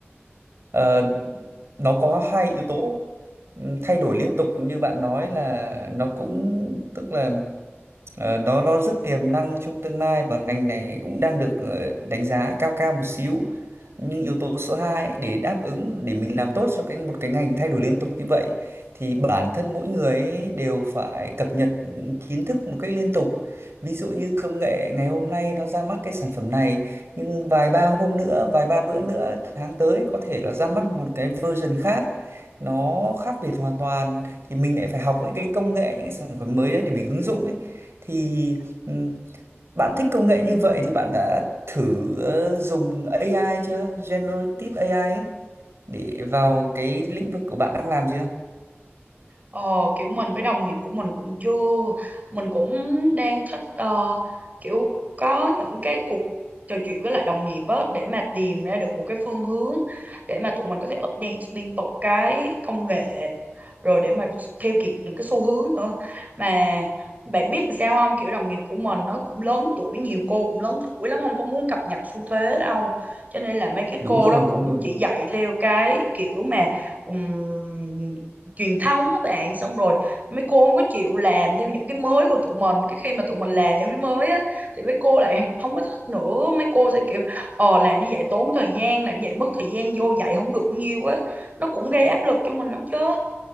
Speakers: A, on the right; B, on the right.
A: Ờ, nó có hai yếu tố Ừm, thay đổi liên tục như bạn nói là nó cũng tức là Ờ, nó nó rất tiềm năng trong tương lai và ngành này cũng đang được ờ, đánh giá cao cao một xíu nhưng yếu tố số 2 ấy, để đáp ứng để mình làm tốt cho cái một cái ngành thay đổi liên tục như vậy thì bản thân mỗi người ấy đều phải cập nhật ừ, kiến thức một cách liên tục ví dụ như công nghệ ngày hôm nay nó ra mắt cái sản phẩm này nhưng vài ba hôm nữa vài ba bữa nữa tháng tới có thể nó ra mắt một cái version khác nó khác biệt hoàn toàn thì mình lại phải học những cái công nghệ những cái sản phẩm mới đấy để mình ứng dụng ấy thì ừm, bạn thích công nghệ như vậy thì bạn đã thử ờ, dùng AI chưa? Generative AI ấy, để vào cái lĩnh vực của bạn đang làm chưa?
B: Ờ, kiểu mình với đồng nghiệp của mình cũng chưa mình cũng đang thích ờ, kiểu có những cái cuộc trò chuyện với lại đồng nghiệp á để mà tìm ra được một cái phương hướng để mà tụi mình có thể update liên tục cái công nghệ rồi để mà theo kịp những cái xu hướng nữa mà bạn biết làm sao không kiểu đồng nghiệp của mình nó cũng lớn tuổi nhiều cô cũng lớn tuổi lắm không có muốn cập nhật xu thế đâu cho nên là mấy cái
A: Đúng
B: cô
A: rồi,
B: đó cũng
A: đúng rồi.
B: chỉ dạy theo cái kiểu mà ừm, truyền thống các bạn xong rồi mấy cô không có chịu làm theo những cái mới của tụi mình cái khi mà tụi mình làm những cái mới á thì mấy cô lại không có thích nữa mấy cô sẽ kiểu ờ làm như vậy tốn thời gian làm như vậy mất thời gian vô dạy không được nhiều á nó cũng gây áp lực cho mình lắm chứ